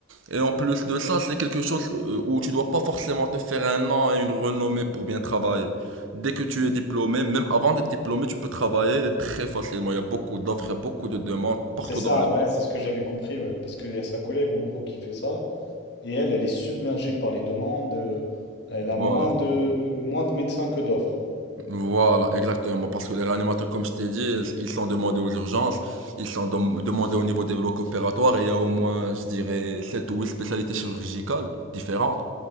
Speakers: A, on the right; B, on the left.
A: Et en plus de ça, c'est quelque chose euh, où tu dois pas forcément te faire un an et une renommée pour bien travailler. Dès que tu es diplômé, même avant d'être diplômé, tu peux travailler très facilement. Il y a beaucoup d'offres, il y a beaucoup de demandes partout
B: C'est ça,
A: dans le
B: ouais,
A: monde.
B: c'est ce que j'avais compris, ouais. Parce qu'il y a sa collègue, en gros, qui fait ça. Et elle, elle est submergée par les demandes. euh, elle a
A: Voilà,
B: moins de, moins de médecins que d'offres.
A: voilà, exactement. Parce que les réanimateurs, comme je t'ai dit, ils sont demandés aux urgences, ils sont dem- demandés au niveau des blocs opératoires et il y a au moins, je dirais, 7 ou 8 spécialités chirurgicales différentes.